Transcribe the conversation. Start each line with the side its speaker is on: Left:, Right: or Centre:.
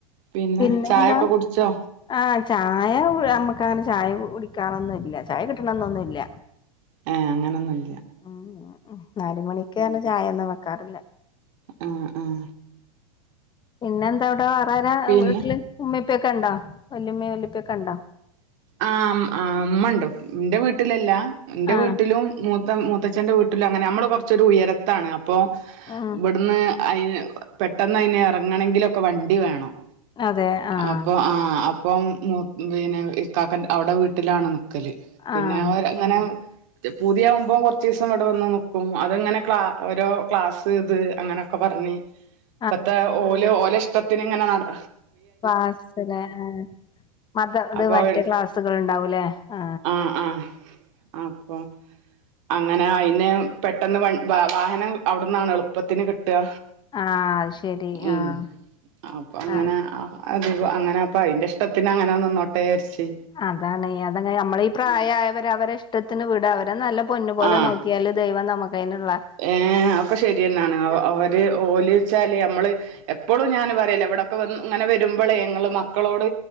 Right: പിന്നെ
Left: പിന്നെന്താ?
Right: ചായൊക്കെ കുടിച്ചോ
Left: ആഹ് ചായ നമ്മക്ക് അങ്ങനെ ചായ കുടിക്കാറൊന്നുല്ല. ചായ കിട്ടണംന്നൊന്നുല്ല.
Right: ഏഹ് അങ്ങനൊന്നുല്ല
Left: ഉം ഉം. നാല് മണിക്ക് പർഞ്ഞ് ചായൊന്നും വെക്കാറില്ല.
Right: ഉം ഉം.
Left: പിന്നെന്താ അവിടെ വേറാരാ
Right: പിന്നെ
Left: വീട്ടില്. ഉമ്മി ഉപ്പ്യൊക്കെണ്ടോ, വല്യുമ്മിം വല്യുപ്പ്യൊക്കെണ്ടോ?
Right: ആഹ് ഇമ് ആഹ് ഇമ്മണ്ട് ഇന്റെ വീട്ടിലല്ല. എന്റെ
Left: ആഹ്
Right: വീട്ടിലും മൂത്ത മൂത്തച്ഛന്റെ വീട്ടിലും അങ്ങനെ. നമ്മള് കൊർച്ചൊരു ഉയരത്താണ് അ പ്പൊ
Left: ഉം
Right: ഇവട്ന്ന് അയ്ന് പെട്ടെന്ന് അയ്ന് എറങ്ങണങ്കിലൊക്കെ വണ്ടി വേണം.
Left: അതെ ആഹ്
Right: അപ്പൊ ആഹ് അ പ്പം മൂ പിന്നെ ഇക്കാക്കൻ്റെ അവ്ടെ വീട്ടിലാണ് നിക്കല്. പിന്നെ
Left: ആഹ്
Right: ഓൽ ങ്ങനെ ത് പൂതിയാവുമ്പോം കൊർച്ചീസം ഇവടെ വന്ന് നിക്കും. അത്ങ്ങനെ ക്ലാ ഓരോ ക്ലാസ് ഇത് അങ്ങനൊക്കെ പർഞ്ഞ്
Left: ഉ <inaudible>
Right: ഇപ്പത്തെ ഓല് ഓലെഷ്ടത്തിന് ഇങ്ങനെ നട്
Left: ക്ലാസ്സ് ലെ ആഹ് മതം ഇത്
Right: അപ്പൊ
Left: മറ്റേ ക്ലാസ്സുകൾ ഇണ്ടാവു ലേ. ആ
Right: ആഹ് ആഹ്. അപ്പൊ, അങ്ങനെ അയിന് പെട്ടെന്ന് വൺ വാഹനം അവ്ട്ന്നാണ് എളുപ്പത്തിന് കിട്ടാ.
Left: അത് ശരി
Right: ഉം
Left: ആഹ്
Right: അപ്പൊ അങ്ങനെ
Left: ആഹ്
Right: ആ അധികു അങ്ങനെ അപ്പ അയിന്റെ ഇഷ്ടത്തിന് അങ്ങനെ നിന്നോട്ടേ വിചാര്ച്ച്.
Left: അതാണേ. അതങ്ങനെ നമ്മളെ ഈ പ്രായായവരെ അവരെ ഇഷ്ടത്തിന് വിട അവരെ നല്ല പൊന്നുപോലെ
Right: ആഹ്
Left: നോ ക്ക്യാല് ദൈവം നമുക്കയ്ന്ള്ളെ
Right: ഏഹ്. അതൊക്കെ ശരിയെന്നാണ്. അവര് ഓല് ച്ചാല് നമ്മള് എപ്പളും ഞാൻ പറയലാ, ഇവടൊക്കെ വ ഇങ്ങനെ വരുമ്പളേ ഇങ്ങള് മക്കളോട്